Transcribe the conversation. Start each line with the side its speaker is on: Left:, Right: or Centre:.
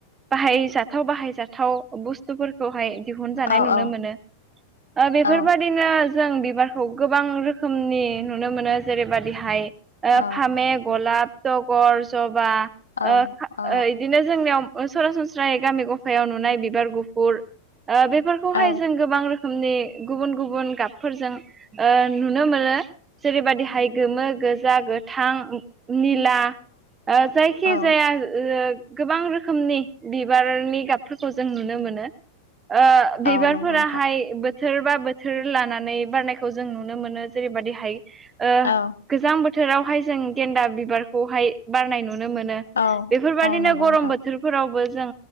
Right: बाहायजाथाव बाहायजाथाव बुस फोरखौहाय दिहुनजानाय
Left: औ
Right: नुनो
Left: औ
Right: मोनो बेफोरबायदिनो
Left: औ
Right: जों बिबारखौ गोबां रोखोमनि नुनो मोनो जेरैबादिहाय ओ
Left: औ
Right: फामे गलाप जगर जब ओ
Left: औ औ
Right: इदिनो जोंनियाव सरा सरासनस्रा निफ्राय गामि गफायाव नुनाय बिबार गुफुर ओ बेफोरखौहाय
Left: औ
Right: जों गोबां रोखोमनि गुबुन गुबुन गाबफोरजों नुनो मोनो। जेरैबायदिहाय गोमो गोजा गोथां <unintelligible> जायखिजाया
Left: औ
Right: गोबां रोखोमनि बिबारनि गाब फोरखौ जों नुनो मोनो ओ
Left: औ
Right: बिबारफोराहाय
Left: नंगौ नोंथां
Right: बोथोर बा बोथोर लानानै बारनायखौ जों नुनो मोनो जेरैबायदिहाय ओ
Left: औ
Right: गोजां बोथोरावहाय जों गेनदा बिबार खौहाय बारनाय नुनो मोनो
Left: औ
Right: बेफोरबायदिनो
Left: औ नंगौ
Right: गरम
Left: नोंथां
Right: बोथोरफोरावबो जों